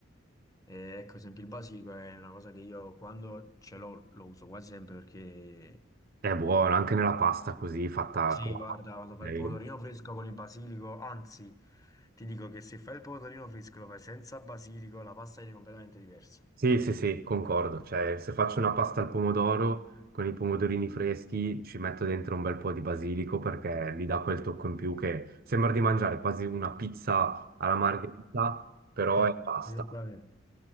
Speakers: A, on the left (about 20°); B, on the right (about 50°).
A: Eh, ecco, ad esempio il basilico è una cosa che io quando ce l'ho lo uso quasi sempre perché
B: È buono, anche nella pasta così fatta
A: sì,
B: con la
A: guarda,
B: pasta.
A: quando fai il pomodorino fresco con il basilico, anzi, ti dico che se fai il pomodorino fresco lo fai senza basilico, la pasta viene completamente diversa.
B: Sì, sì, sì, concordo. Cioè, se faccio una pasta al pomodoro con i pomodorini freschi, ci metto dentro un bel po' di basilico perché mi dà quel tocco in più che sembra di mangiare quasi una pizza alla margherita, però
A: <laughs> Eh,
B: è pasta.
A: Esattamente.